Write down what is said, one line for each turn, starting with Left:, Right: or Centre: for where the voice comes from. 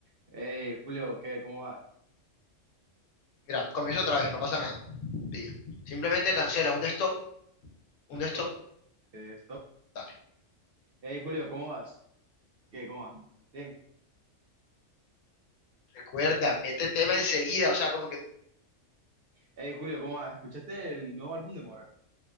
Right: Hey, Julio, ¿qué? ¿Cómo va?
Left: Mira, comienzo otra vez, no pasa nada. Bien, Simplemente cancela un desktop, un
Right: ¿Stop?
Left: desktop,
Right: Eh, ¿stop?
Left: dale.
Right: Hey, Julio, ¿cómo vas? ¿Qué? ¿Cómo vas? Bien.
Left: Recuerda, mete tema enseguida, o sea, como que no
Right: Hey, Julio, ¿cómo vas? ¿Escuchaste el nuevo álbum de Mora?